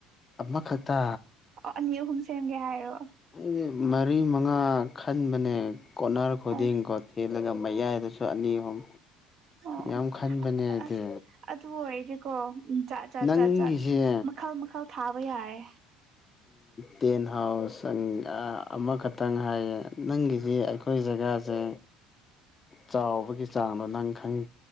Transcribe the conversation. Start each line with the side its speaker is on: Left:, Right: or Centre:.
Left: ꯑꯃꯈꯛꯇ
Right: ꯑꯅꯤ ꯑꯍꯨꯝ ꯁꯦꯝꯒꯦ ꯍꯥꯏꯔꯣ
Left: ꯑꯩꯗꯤ ꯃꯔꯤ ꯃꯉꯥ ꯈꯟꯕꯅꯦ ꯀꯣꯅꯔ ꯈꯨꯗꯤꯡꯀꯣ
Right: ꯑꯁ
Left: ꯊꯦꯜꯂꯒ ꯃꯌꯥꯏꯗꯁꯨ ꯑꯅꯤ ꯑꯍꯨꯝ
Right: ꯑꯣ
Left: ꯌꯥꯝ ꯈꯟꯕꯅꯦꯗꯤ
Right: ꯑꯁ ꯑꯗꯨ ꯑꯣꯏꯔꯗꯤꯀꯣ ꯖꯥꯠ ꯖꯥꯠ
Left: ꯅꯪꯒꯤꯁꯦ
Right: ꯖꯥꯠ ꯖꯥꯠ ꯃꯈꯜ ꯃꯈꯜ ꯊꯥꯕ ꯌꯥꯔꯦ
Left: ꯇꯦꯟ ꯍꯥꯎꯁ ꯑꯃꯈꯛꯇꯪ ꯍꯥꯏꯌꯦ ꯅꯪꯒꯤꯁꯤ ꯑꯩꯈꯣꯏꯖ ꯑꯗꯨꯒꯖꯥꯁꯦ
Right: <inaudible>
Left: ꯆꯥꯎꯕꯒꯤ ꯆꯥꯡꯗꯣ ꯅꯪ ꯈꯪ